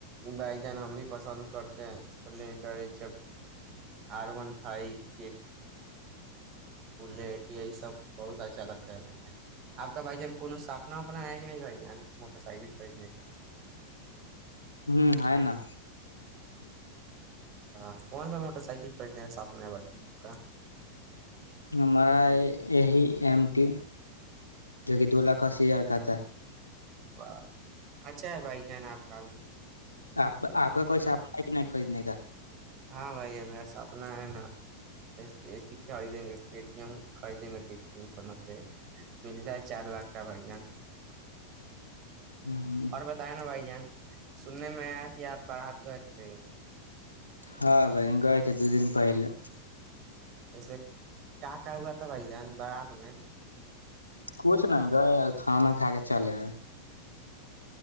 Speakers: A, on the right; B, on the left.
A: بھائی جان ہم بھی پسند کرتے ہیں اسپلینڈر ڈ آر و ف ب سب بہت اچھا لگتا ہے بھائی آپ کا بھائی جان کو سپنا ونا ہے کہ نہیں بھائی جان موٹر سیکل خریدنے کا
B: ہمم ہے نا
A: ہاں کون سا موٹر سائیکل خریدنے ہیں سپنا ہے ب آپ کا
B: ہمارا یہی ایم ٹی جو کی دو لاکھ اسی ہزار کا آتا ہے
A: واہ اچھا ہے بھائی جان آپ کا بھی
B: آپ آپ کا کوئی سپنا کہ نہیں خریدنے کا
A: ہاں بھائی جان میرا سپنا ہے نا اے سی خریدے گے اے ٹی ایم بھی خریدیں گے تین سو نبے مل جائے چار لاکھ کا بھائی جان
B: ہ
A: اور بتایے نا بھائی جان سننے میں آیا کہ آپ بارات گئے تھے
B: ہاں بھائی جان گئے تھے دو دن پہلے
A: ایسے کیا کیا ہوا تھا بھائی جان بارات میں
B: کچھ نہیں گئے کھانا کھا کے چلے آئے